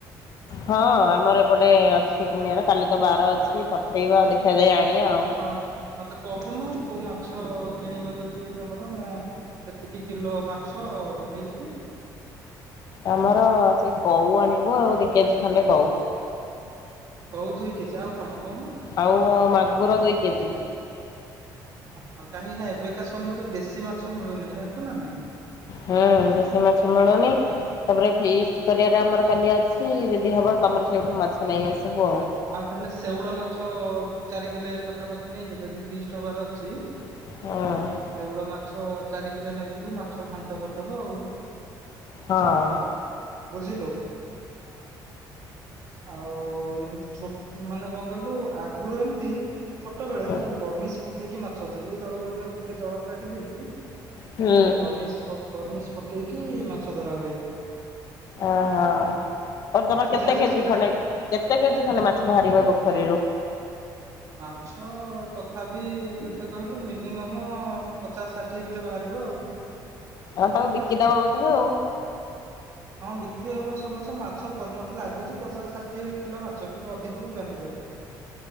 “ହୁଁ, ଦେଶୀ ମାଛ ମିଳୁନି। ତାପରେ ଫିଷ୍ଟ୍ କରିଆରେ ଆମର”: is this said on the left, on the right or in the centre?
Left